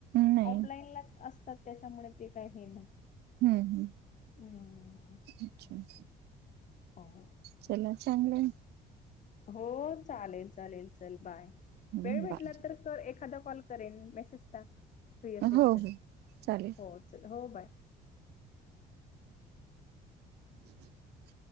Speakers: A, on the right (about 75°); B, on the left (about 45°).
A: नाही
B: ऑफलाईनलाच असतात त्याच्यामुळे ते काही हे नाही.
A: हम्म हम्म
B: हम्म.
A: अच्छा.
B: हो.
A: चला चांगलय.
B: हो, चालेल चालेल, चल बाय.
A: हम्म
B: वेळ भेटला
A: बाय.
B: तर तर एखादा कॉल करेन, मेसेज टाक, फ्री असेल
A: हो
B: तर,
A: हो चालेल.
B: हो चल हो बाय.
A: <inaudible>